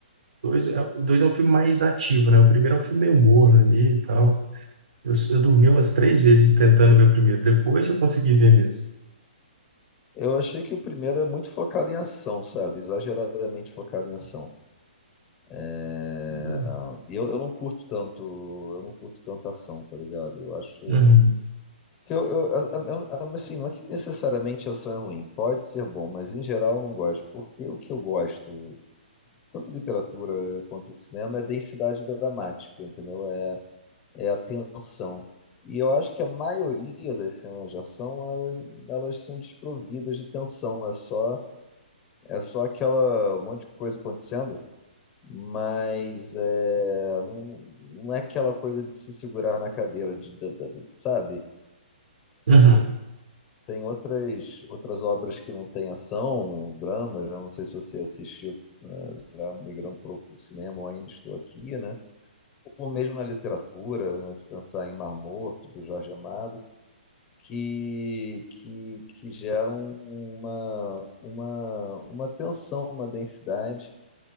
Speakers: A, on the right (about 70°); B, on the left (about 20°).
A: dois, é- o dois é um filme mais ativo, né? O primeiro é um filme meio morno ali e tal. Eu, eu dormi umas três vezes tentando ver o primeiro. Depois eu consegui ver mesmo.
B: eu achei que o primeiro é muito focado em ação, sabe? Exageradamente focado em ação. É...
A: É.
B: E eu, eu não curto tanto, eu não curto tanto ação, tá ligado? Eu acho
A: Uhum.
B: que eu, eu- a- a- a- assim, não é que necessariamente ação é ruim, pode ser bom, mas em geral eu não gosto, porque o que eu gosto, tanto de literatura quanto de cinema, é densidade dramática, entendeu? É, é a tensão. E eu acho que a maioria das cenas de ação, elas, elas são desprovidas de tensão. É só, é só aquela um monte de coisa acontecendo, mas é, não, não é aquela coisa de se segurar na cadeira, de, de- de- sabe?
A: Uhum.
B: Tem outras, outras obras que não têm ação, dramas, eu não sei se você assistiu, né, já migrando para o cinema, ou ainda estou aqui, né? Ou mesmo na literatura, né, se pensar em Mar Morto, do Jorge Amado, que, que, que geram uma, uma, uma tensão, uma densidade,